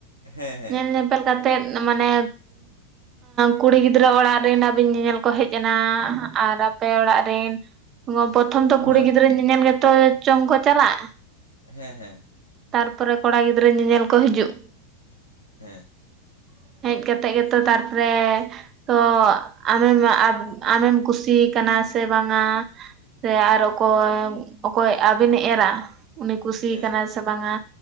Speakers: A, on the left (about 80°); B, on the right (about 30°).
A: ᱦᱮᱸ ᱦᱮᱸ
B: ᱧᱮᱞ ᱧᱮᱯᱮᱞ ᱠᱟᱛᱮᱜ ᱢᱟᱱᱮ ᱠᱩᱲᱤ ᱜᱤᱫᱽᱨᱟᱹ ᱚᱲᱟᱜ ᱨᱮᱱ ᱟᱹᱵᱤᱱ ᱧᱮᱧᱮᱞ ᱠᱚ ᱦᱮᱡ ᱮᱱᱟ ᱟᱨ ᱟᱯᱮ ᱚᱲᱟᱜ ᱨᱮᱱ ᱯᱨᱚᱛᱷᱚᱢ ᱛᱚ ᱠᱩᱲᱤ
A: ᱦᱳᱭ
B: ᱜᱤᱫᱽᱨᱟᱹ ᱧᱮᱧᱮᱞ ᱜᱮᱛᱚ ᱪᱚᱝ ᱠᱚ ᱪᱟᱞᱟᱜ
A: ᱦᱮᱸ ᱦᱮᱸ
B: ᱛᱟᱨᱯᱚᱨᱮ ᱠᱚᱲᱟ ᱜᱤᱫᱽᱨᱟᱹ ᱧᱮᱧᱮᱞ ᱠᱚ ᱦᱤᱡᱩᱜ
A: ᱦᱮᱸ
B: <unintelligible> ᱦᱮᱡ ᱠᱟᱛᱮ ᱜᱮᱛᱚ ᱛᱟᱨ ᱯᱚᱨᱮ ᱛᱚ ᱟᱢᱮᱢ ᱟᱢᱮᱢ ᱠᱩᱥᱤ ᱟᱠᱟᱱᱟ ᱥᱮ ᱵᱟᱝᱟ ᱥᱮ ᱟᱨ ᱚᱠᱚᱭ ᱚᱠᱚᱭ ᱟᱵᱤᱱ ᱮᱨᱟ ᱩᱱᱤ ᱠᱩᱥᱤ
A: ᱦᱮᱸ
B: ᱠᱟᱱᱟ ᱥᱮ ᱵᱟᱝᱟ